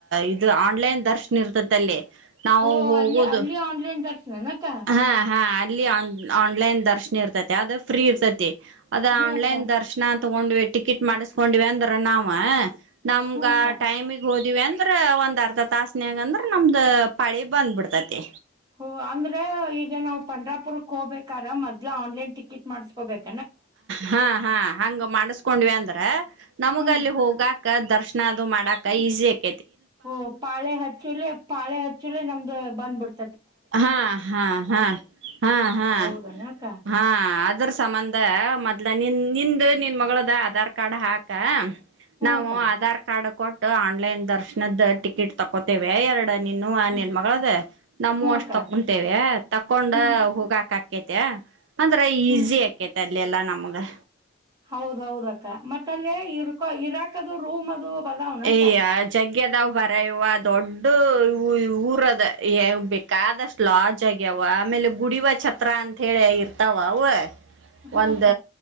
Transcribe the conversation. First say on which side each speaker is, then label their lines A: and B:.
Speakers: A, on the right (about 70°); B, on the right (about 20°).
A: ಇದು ಆನ್ಲೈನ್ ದರ್ಶನ್ ಇರ್ತತಿ ಅಲ್ಲಿ ನಾವು
B: ಹೋ
A: ಹೋಗೋದು
B: ಅಲ್ಲಿ ಅಲ್ಲಿ ಆನ್ಲೈನ್ ರ್ ನಕ್ಕ
A: ಹಾ ಹಾ ಅಲ್ಲಿ ಆ ಆನ್ಲೈನ್ ದರ್ಶನ ಇರ್ತೈತೆ ಅದು ಫ್ರೀ ಇರ್ತತಿ ಅದ
B: ಹ್ಞೂ
A: ಆನ್ಲೈನ್
B: ಅಕ್ಕ
A: ದರ್ಶನ ಅಂತ ತಗೊಂಡ್ಿವವಿ ಟಿಕೆಟ್ ಮಾಡಿಸ್ಕೊಂಡಿವ ಅಂದ್ರ ನಾವ ನಮ್ಗ
B: ಹ್ಞೂ ಅಕ್ಕ
A: ಟೈಮಗ್ ಹ ವಿ ಅಂದ್ರ ಒಂದ್ ಅರ್ಧ ತಾಸನ್ಯಾಗ ಅಂದ್ರ ನಮ್ದ ಪಳಿ ಬಂದ್ ಬಿಿಡ್ತತಿ.
B: ಹ ಅಂದ್ರೆ ಈಗ ನಾವ್ ಪಂಡ್ರಾಪುರಕ್ ಹೋಗ್ಬೇಕಾರ ಮೊದ್ ಆನ್ಲೈನ್ ಟಿಕೆಟ್ ಮಾಡ್ಸ್ಕೊಬೇಕ
A: ಹಾ ಹಾ ಹಂಗ ಮಾಡಿಸಕೊಂಡ್ವಿ ಅಂದ್ರ ನಮಗ
B: ಹಾ
A: ಅಲ್ಲಿ ಹೋಗಾಕ್ ದರ್ಶನ ಅದು ಮಾಡಾಕ ಈಸಿ ಆಗ್ತ.
B: ಹಓ ಪಾಳೆ ಹಚ್ಚಲೆ ಪಾಳೆ ಹಚ್ಚುಲೆ ನಮ್ದ. ಬಂದಬಡ್ತ.
A: ಹಾ ಹಾ ಹಾ ಹಾ ಹಾ
B: ಹೌದನ ಅಕ್ಕ
A: ಹಾ ಅದ್ರ ಸಂಬಂಧ ಮೊದ್ಲ ನಿನ್. ನಿಂದ ನಿನ್ ಮಗಳದ ಆಧಾರ್ ಕಾರ್ಡ್ ಹಾಕ
B: ಹ್ಞೂ
A: ನಾವು
B: ಅಕ್ಕ
A: ಆಧಾರ್ ಕಾರ್ಡ್ ಕೊಟ್ಟು ಆನ್ಲೈನ್ ದರ್ಶನದ ಟಿಕೆಟ್ ತಕೋತೇವೆ ಎರಡು ನೀನು
B: ಹ್ಮ್
A: ನಿನ್ ಮಗಳದ ನಮವು
B: ಹ್ಞೂ
A: ಅಷ್ಟ್
B: ಅಕ್ಕ
A: ತಕೊಂತೇವೆ ತಕೊಂಡ್
B: ಹ್ಮ್
A: ಹೂಗಾಕ. ಅಕೇತ. ಅಂದ್ರೆ ಈಸಿ
B: ಹ್ಮ್
A: ಆಾಕೇತೆ ಅಲ್ಲೆಲ್ಲಾ ನಮ. ನಮಗೆ.
B: ಹೌದ ಹೌದ. ಮತ್ತ ಅಲ್ಲೇ ಇರ್ಕೊ ಇರಾ. ದು ರೂಮ್ ಅದು. ಬದಾವನ ಅಕ್ಕ
A: ಅಯ ಜಗ್ಗೆ್ಯದಾವ್ ಬರ ಇವ ದೊಡ್ಡ. ಊರದ ಬೇಕಾದಷ್ಟು ಲಾರ್ಜ್ ಆಗ್ಯಾವ ಆಮೇಲೆ ಗುಡಿವ ಛತ್ರ ಅಂತ ಹೇಳಿ ಇರ್ತಾವ ಅವ.
B: ಹ್ಞೂ
A: ಒಂದ.
B: ಅಕ್ಕ